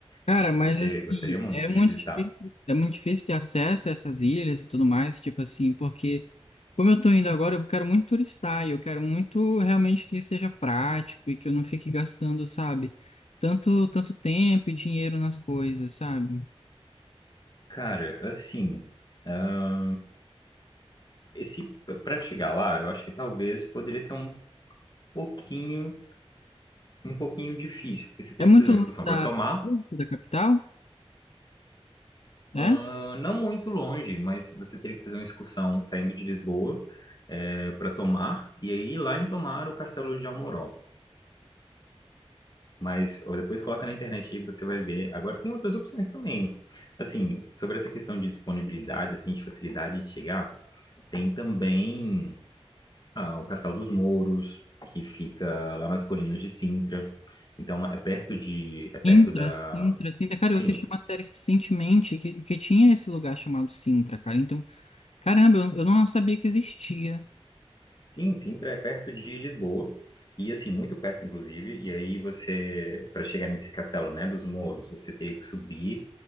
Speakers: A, on the left (about 80°); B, on the left (about 40°).
A: Cara,
B: Acho que
A: mas
B: você
A: assim,
B: gostaria muito
A: é muito
B: de visitar.
A: difícil, é muito difícil ter acesso a essas ilhas e tudo mais, tipo assim, porque como eu tô indo agora, eu quero muito turistar e eu quero muito realmente que seja prático e que eu não fique gastando, sabe, tanto, tanto tempo e dinheiro nas coisas, sabe?
B: Cara, assim, ah, esse para chegar lá, eu acho que talvez poderia ser um pouquinho, um pouquinho difícil, porque você teria
A: É muito
B: que fazer uma
A: longe
B: excursão
A: da,
B: para Tomar
A: da capital, né?
B: Ah, não muito longe, mas você teria que fazer uma excursão saindo de Lisboa para Tomar, e aí lá em Tomar o Castelo de Almoró. Mas ou depois coloca na internet e você vai ver. Agora tem outras opções também. Assim, sobre essa questão de disponibilidade, assim, de facilidade de chegar, tem também ah, o Castelo dos Mouros, que fica lá nas colinas de Sintra. Então é perto de, é perto
A: Sintra,
B: da,
A: Sintra, Sintra. Cara,
B: sim,
A: eu assisti uma série recentemente que, que tinha esse lugar chamado Sintra, cara. Então, caramba, eu, eu não sabia que existia.
B: Sim, Sintra é perto de Lisboa, e assim, muito perto, inclusive. E aí você, para chegar nesse castelo, né, dos Mouros, você teria que subir